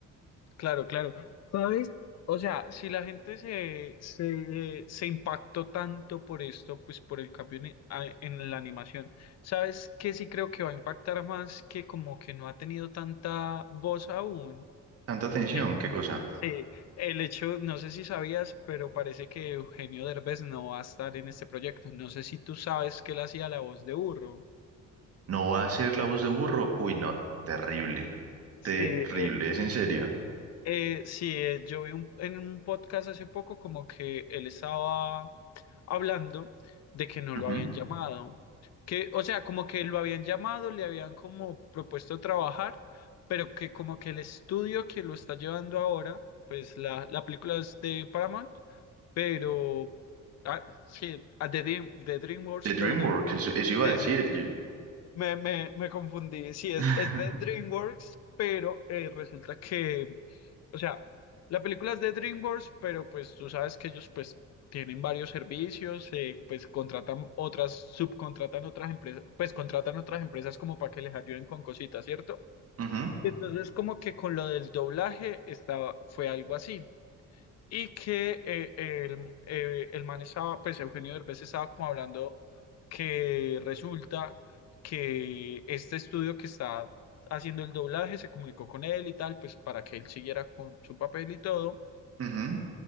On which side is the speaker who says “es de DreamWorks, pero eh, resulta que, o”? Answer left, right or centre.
Left